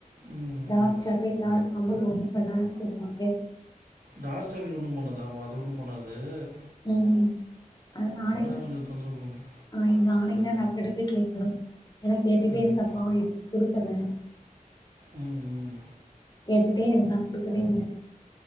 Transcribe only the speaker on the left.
டார்க் சாக்லேட் டார்க் கம்பல் ரொம்ப பண்ணாதனது சொல்வாங்க
உம்அது நாளைக்குத்தான்
ஆஹ் இந்த நாளைக்கு தான் நான் டாக்டர் ட போய் கேட்கணும் என கேட்டுட்டே
இருந்தப்பா குடுக்கல
கேட்டுட்டே இரு நான் கொடுக்கவே இல்ல